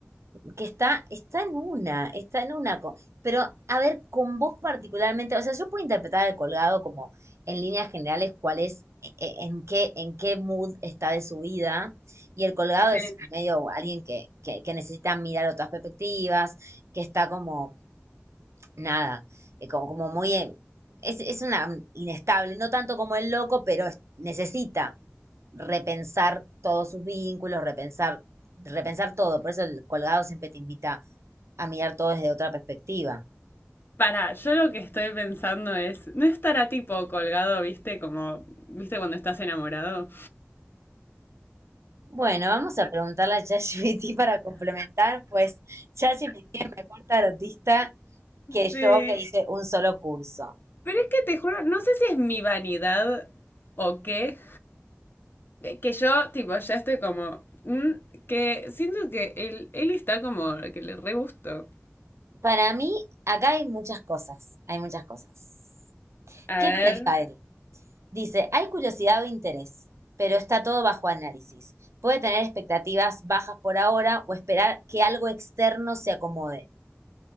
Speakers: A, on the right (about 75°); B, on the left (about 50°).
A: que está, está en una, está en una, co- pero a ver, con vos particularmente, o sea, yo puedo interpretar el colgado como en líneas generales cuál es, e- e- en qué, en qué mood está de su vida, y el colgado
B: Sí.
A: es medio alguien que, que, que necesita mirar otras perspectivas, que está como nada, eh, como, como muy... eh, es, es una inestable, no tanto como el loco, pero es- necesita repensar todos sus vínculos, repensar, repensar todo. Por eso el colgado siempre te invita a mirar todo desde otra perspectiva.
B: Para, yo lo que estoy pensando es, ¿no estará tipo colgado, viste, como, viste cuando estás enamorado?
A: Bueno, vamos a preguntarle a ChatGPT <laughs> para complementar, pues ChatGPT es mejor tarotista que yo
B: Sí.
A: que hice un solo curso.
B: Pero es que te juro, no sé si es mi vanidad o qué, que yo tipo ya estoy como, mm, que siento que él, él está como, que le re gusto.
A: Para mí, acá hay muchas cosas, hay muchas cosas.
B: A
A: ¿Qué
B: ver.
A: piensa él? Dice, hay curiosidad o interés, pero está todo bajo análisis. Puede tener expectativas bajas por ahora o esperar que algo externo se acomode.